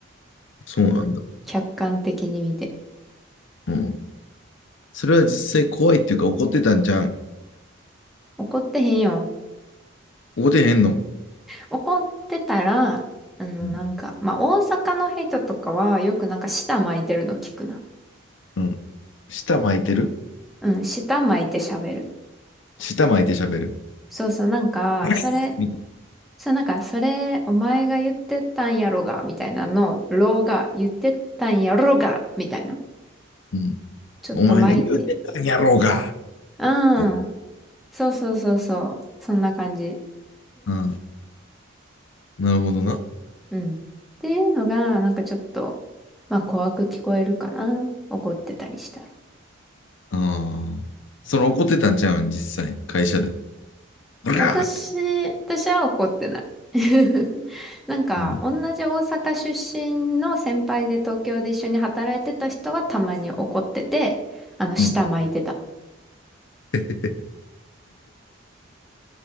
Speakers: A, on the left; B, in the centre.
A: そうなんだ。
B: 客観的に見て。
A: うん。それは実際怖いっていうか怒ってたんじゃん。
B: 怒ってへんよ。
A: 怒ってへんの。
B: 怒ってたら、あの、
A: うん。
B: なんか、まあ、大阪の人とかはよくなんか舌巻いてるの聞くな。
A: うん舌巻いてる
B: うん、舌巻いて喋る。
A: 舌巻いて喋る。
B: そうそう、なんか、
A: <laughs> これみたい
B: それ、そう、なんか、それ、お前が言ってたんやろが、みたいなのろが、言ってたんやろが、みたいな。
A: なうん。
B: ちょっと巻いて。
A: お前が言うてたんやろうが。
B: うん。
A: って
B: そうそうそうそう。そんな感じ。
A: うん。なるほどな。
B: うん。っていうのが、なんかちょっと、まあ怖く聞こえるかな。怒ってたりしたら。
A: ああ。それ怒ってたんちゃうん実際、会社で。ブラーって。
B: 私、私は怒ってない。<laughs> なんか、
A: うん
B: 同じ大阪出身の先輩で東京で一緒に働いてた人はたまに怒ってて、あの、舌巻いてた。
A: うん。<laughs>